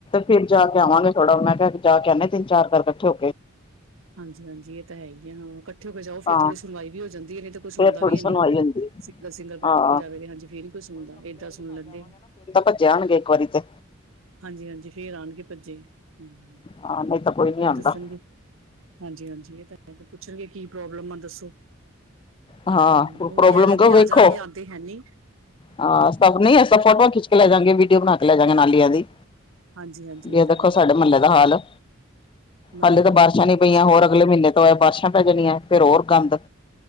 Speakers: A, on the left; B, on the right.
A: ਫਿਰ ਜਾ ਕੇ ਆਵਾਂਗੇ ਥੋੜਾ ਮੈਂ ਕਿਹਾ ਜਾ ਤਿੰਨ ਚਾਰ ਕਰ ਇਕੱਠੇ ਹੋ ਕੇ
B: ਹਾਂਜੀ-ਹਾਂਜੀ ਇਹ ਤਾਂ ਹੈ ਹੀ ਆ ਹਾਂ ਇਕੱਠੇ ਹੋ ਕੇ ਜਾਓ
A: ਹਾਂ
B: ਫੇਰ ਥੋੜ੍ਹੀ ਸੁਣਵਾਈ ਵੀ ਹੋ ਜਾਂਦੀ ਹੈ ਨੇ ਤੇ ਕੁਛ
A: ਫੇਰ
B: ਹੁੰਦਾ
A: ਥੋੜੀ
B: ਵੀ ਹੈ
A: ਸੁਣਵਾਈ
B: ਨੀ
A: ਹੁੰਦੀ
B: ਸਿੰਗਲ ਸਿੰਗਲ
A: ਹਾਂ
B: ਜਾਵੇ ਹਾਂਜੀ ਫੇਰ ਹੀ ਕੁਛ ਹਣਦਾ ਏਦਾਂ ਸੁਣ ਲੈਂਦੇ ਆ।
A: ਭਜਣਗੇ ਇੱਕ ਵਾਰੀ ਤੇ
B: ਹਾਂਜੀ-ਹਾਂਜੀ ਫੇਰ ਆਣ ਕੇ ਭੱਜੇ ਹ
A: ਹਾਂ ਨਹੀਂ ਤਾਂ ਕੋਈ ਨੀ
B: ਕੀ
A: ਆਂਦਾ
B: ਦੱਸਣਗੇ ਹਾਂਜੀ ਹਾਂਜੀ ਪੁੱਛਣਗੇ ਕੀ ਪ੍ਰੋਬਲਮ ਆ ਦੱਸੋ
A: ਹਾਂ
B: ਹਮ,
A: ਪ੍ਰੋਬਲਮ
B: ਉਹ ਵੀ ਕਹਿ ਦਿੰਦੇ
A: ਕਰ ਵੇਖੋ
B: ਆ ਜਾਾਂਗੇ ਆਂਦੇ ਹੈ ਨੀ
A: ਹਾਂ ਸਭ ਨਹੀਂ ਫੋਟੋਆਂ ਖਿੱਚ ਕੇ ਲੈ ਜਾਂਗੇ ਵੀਡੀਓ ਬਣਾ ਕੇ ਲੈ ਜਾਗੇ ਨਾਲੀਆਂ ਦੀ।
B: ਹਾਂਜੀ ਹਾਂਜੀ
A: ਵੀ
B: ਇਹ ਤਾਂ
A: ਦੇਖੋ
B: ਹੈ
A: ਸਾਡੇ ਮੁਹੱਲੇ ਦਾ ਹਾਲ।
B: ਮਹੱਲੇ
A: ਹਾਲੇ
B: ਦਾ
A: ਤਾਂ ਬਾਰਿਸ਼ਾਂ
B: ਹਾਂ ਬਿਲਕੁਲ
A: ਨਹੀਂ ਪਈਆਂ
B: ਸਹੀ
A: ਹੋਰ
B: ਗੱਲ
A: ਅਗਲੇ ਮਹੀਨੇ ਤੋਂ ਆ ਬਾਰਿਸ਼ਾਂ ਪੈ ਜਾਣੀਆਂ ਫਿਰ ਹੋਰ ਗੰਦ।